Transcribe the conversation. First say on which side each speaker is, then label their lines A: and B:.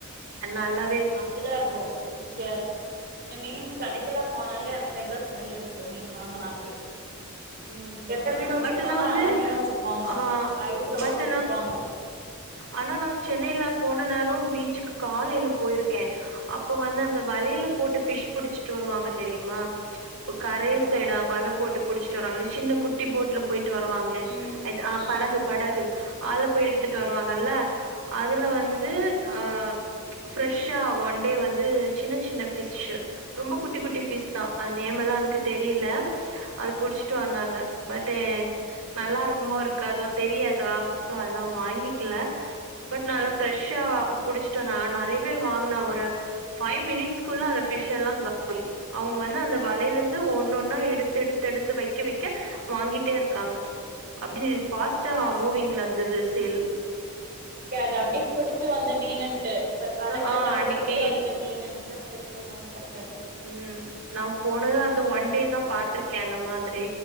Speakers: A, on the right; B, on the right.
A: ஆ நல்லா
B: அப்டிதா இருக்கு இங்க இங் மீன் கடைக்கெல்லா போனாலே அந்த மாரிதா ஸ்மெல் அடிக்கு மீன் வாங்கனாலே
A: ம் ம்
B: கெட்ட மீனு வச்சிருப்பாங்க
A: பட் நா வந்து
B: நல்ல மீனு வச்சிருப்பாங்க
A: ஆஹ
B: ஐஸ்ல
A: பட்
B: போட்டு வச்சிருப்பாங்க
A: நா ஆனா நா சென்னையில போன நேரம் பீச்சுக்கு காலைல போயிருக்கே அப்போ வந்து அந்த
B: ம்
A: வலையில போட்டு ஃபிஷ் புடிச்சிட்டு வருவாங்க தெரியுமா கரைய
B: ஆமா
A: சைடா வல போட்டு புடிச் ட்டு வருவாங்கல சின்ன குட்டி போட்ல போயிட்டு வருவாங்களே
B: ம்
A: ஐட் ஆ படகு
B: ம்
A: படகு ஆள போய் எடுத்துட்டு வருவாங்கல்ல அதுல வந்து
B: ஆமா
A: ஆ ஃப்ரெஷ்ஷா ஒன்டே வந்து சின்ன சின்ன ஃபிஷ்ஷு ரொம்போ குட்டி குட்டி ஃபிஷ் தா அது நேம்மெல்லா எனக்கு தெரியல அது புடிச்சி ட்டு வந்தாங்க பட்டே நல்லாருக்குமோ இருக்காதோ தெரியாதா ஸோ அது நா வாங்கிக்கல பட்
B: ம்
A: நல்லா
B: ம்
A: ஃப்ரெஷ்ஷா அப்ப புடிச்சுட்டு வந்தாங்க நறைய பேரு வாங்குன ஒரு ஃபைவ் மினிட்ஸ்க்குள்ள அந்த ஃபிஷ்ஷெல்லா காலி அவங்க வந்து வலைலந்து ஒன்னொன்னா எடுத்தெடுத்தெடுத் து வைக்க வைக்க வாங்கிட்டே இருக்காங்க அப்டி ஃபாஸ்ட்டா
B: ஆ
A: மூவிங்ல இருந்துது தெல்
B: ஓகே அத அப்டியே புடிச்சு வந்து மீனுன்ட்டு ஒரு ப படகுலருந்து
A: ஆ
B: அப்டியே
A: அன்னைக்கி
B: புடிச்சு வந்துட்ட மீனுன் ட்டு போயிட்டு இருக்கோ பட்டன்
A: ம் நா போனதுல அந்த ஒன் டே தான் பா்த்ருக்கேன் அந்த மாதிரி